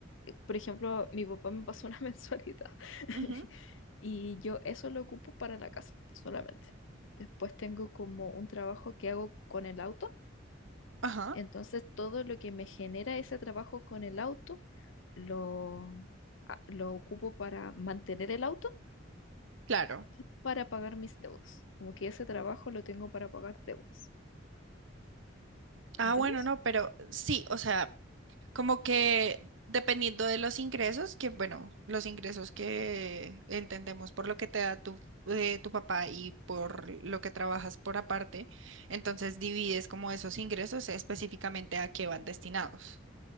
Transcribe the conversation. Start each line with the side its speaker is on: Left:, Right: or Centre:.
Left: por ejemplo, mi papá me pasó una <laughs> mensualidad <laughs>
Right: ujú,
Left: y yo eso lo ocupo para la casa solamente. Después tengo como un trabajo que hago con el auto,
Right: Ajá,
Left: entonces todo lo que me genera ese trabajo con el auto lo, a- lo ocupo para mantener el auto
Right: claro.
Left: y para pagar mis deudas. Como que ese trabajo lo tengo para pagar deudas.
Right: Ah,
Left: ¿Entiendes?
Right: bueno, no, pero sí, o sea, como que dependiendo de los ingresos, que bueno, los ingresos que entendemos por lo que te da tu, eh, tu papá y por lo que trabajas por aparte, entonces divides como esos ingresos específicamente a qué van destinados.